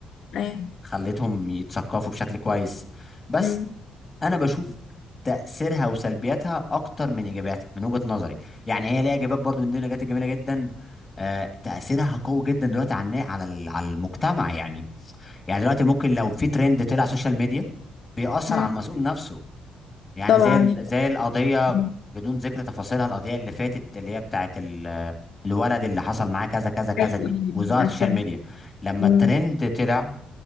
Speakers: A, on the left (about 65°); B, on the left (about 25°).
A: ايوه
B: خلتهم يتثقفوا بشكل كويس بس
A: مم.
B: انا بشوف تأثيرها وسلبياتها أكتر من إيجابياتها من وجهة نظري يعني هي ليها إيجابيات برضو من ضمن الإيجابيات الجميلة جدا آه، تأثيرها قوي جدا دلوقتي على النا- على ال- على المجتمع يعني يعني دلوقتي ممكن لو في ترند طلع سوشيال ميديا بيأثر
A: مم.
B: على المسؤول نفسه يعني
A: طبعا
B: زي ال-
A: يعني.
B: زي القضية
A: مم.
B: بدون ذكر تفاصيلها القضية اللي فاتت اللي هي بتاعت ال- الولد اللي حصل معاه كذا كذا كذا
A: ايوه
B: دي
A: أيوة،
B: وظهرت
A: عارفاه
B: السوشيال ميديا لما
A: مم.
B: الترند طلع